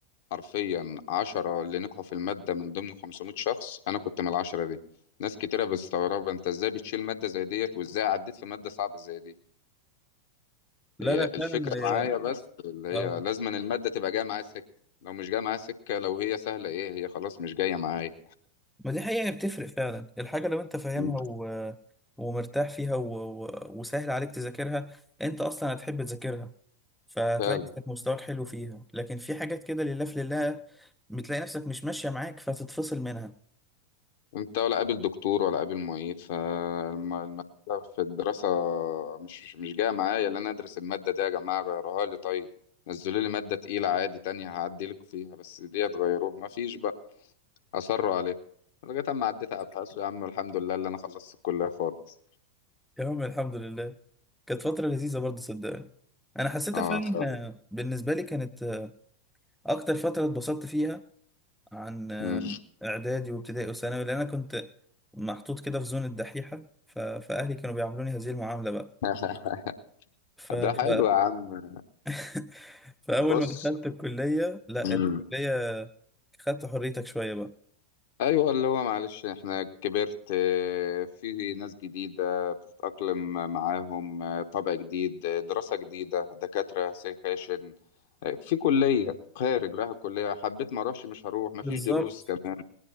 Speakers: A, on the left; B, in the centre.
A: حرفيا عشرة اللي نجحوا في الماده من ضمن 500 شخص انا كنت من العشرة دي ناس كتيرة بتستغرب انت ازاي بتشيل مادة زي ديت وازاي عديت في مادة صعبة زي دي
B: لا
A: هي
B: لا
A: الفكرة
B: فعلا هي
A: معايا بس اللي هي
B: اه
A: لازم أن المادة تبقى جاية معايا سكة لو مش جاية معايا سكة لو هي سهلة ايه هي خلاص مش جاية معايا
B: ما دي حقيقة هي بتفرق فعلا الحاجة لو أنت فاهمها
A: مم.
B: و... ومرتاح فيها و... و... وسهل عليك تذاكرها أنت أصلا هتحب تذاكرها فتلاقي
A: فعلا
B: نفسك مستواك حلو فيها لكن في حاجات كده لله في لله بتلاقي نفسك مش ماشية معاك فتتفصل منها
A: انت ولا قابل دكتور ولا قابل معيد فالمسألة في الدراسة مش مش جاية معايا اللي انا ادرس المادة دي يا جماعة غيروها لي طيب نزلوا لي مادة تقيلة عادي تانية هعدلك فيها بس دي تغيروه مفيش بقى أصروا عليه لغاية أما عديت أبحاث يا عم الحمد لله اللي أنا خلصت الكلية خالص
B: يا عم الحمد لله كانت فترة لذيذة برضه صدقني أنا حسيتها
A: اه
B: فعلا
A: فعلا
B: آه، بالنسبة لي كانت آه، أكتر فترة اتبسطت فيها عن آه،
A: مم.
B: إعدادي وابتدائي وثانوي لأن أنا كنت محطوط كده في زون الدحيحة ف... فأهلي كانوا بيعاملوني هذه المعاملة بقى
A: <laughs>
B: ف... ف...
A: ده حلو يا عم
B: <laughs> فأول
A: بص
B: ما دخلت الكلية لا
A: مم.
B: الكلية خدت حريتك شوية بقى
A: ايوه اللي هو معلش احنا كبرت آه، في ناس جديده بتتاقلم معاهم آه، طبع جديد آه، دراسه جديده دكاتره سكاشن آه، في كليه خارج رايح الكليه حبيت ما اروحش مش هروح مفيش
B: بالظبط
A: دروس كمان